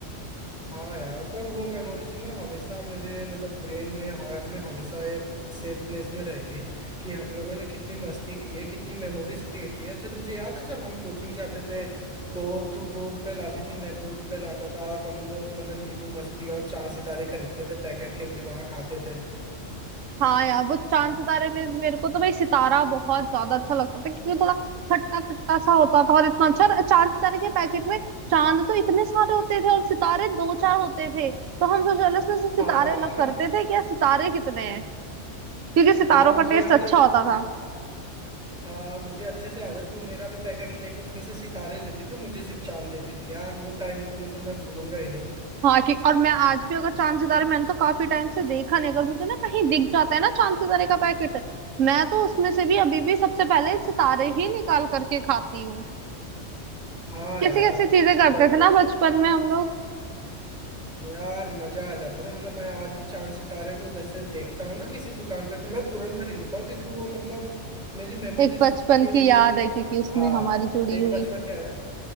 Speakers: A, in the centre; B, on the right (about 85°).
A: हाँ यार पर वो मेमोरीज ना हमेशा मेरे मतलब ब्रेन में हार्ट में हमेशा एक सेफ प्लेस में रहेंगी कि हम लोगों ने कितनी मस्ती की है कितनी मेमोरीज क्रिएट की है अच्छा तुझे याद है जब हम कोचिंग जाते थे तो तू दो रुपए लाती थी मैं दो रुपए लाता था और हम लोग मतलब नींबू मस्ती और चांद सितारे खरीदते थे पैकेट के फिर वहां खाते थे
B: हाँ यार वो चांद सितारे में मेरे को तो भाई सितारा बहुत ज्यादा अच्छा लगता था क्योंकि थोड़ा खट्टा खट्टा सा होता था और इतना अच्छा और चांद सितारे के पैकेट में चांद तो इतने सारे होते थे और सितारे दो चार होते थे तो हम सबसे पहले उसमें से
A: हाँ
B: सितारे अलग
A: <laughs>
B: करते थे कि यार सितारे कितने हैं क्योंकि सितारों
A: हाँ मुझे
B: का टेस्ट
A: याद
B: अच्छा
A: है
B: होता था
A: हाँ मुझे अच्छे से याद है तू मेरा भी पैकेट लेके उसमें से सितारे लेती थी मुझे सिर्फ चांद देती थी यार वो टाइम तो मतलब मैं भूलूंगा ही नहीं
B: हाँ कि और मैं आज भी अगर चांद सितारे मैंने तो काफी टाइम से देखा नहीं अगर मुझे ना कहीं दिख जाता है ना चांद सितारे का पैकेट मैं तो उसमें से भी अभी भी सबसे पहले सितारे ही निकाल करके खाती हूँ
A: हाँ यार
B: कैसी कैसी चीजें करते
A: ब,
B: थे ना बचपन में हम लोग
A: यार मजा आ जाता था मतलब मैं आज भी चांद सितारे को जैसे देखता हूँ ना किसी दुकान पे तो मैं तुरंत खरीद लेता हूँ क्योंकि वो मतलब मेरी मेमोरीज
B: एक बचपन
A: के
B: की
A: लिए
B: याद है क्योंकि उसमें
A: हाँ
B: हमारी जुड़ी
A: एक
B: हुई
A: बचपन क्या है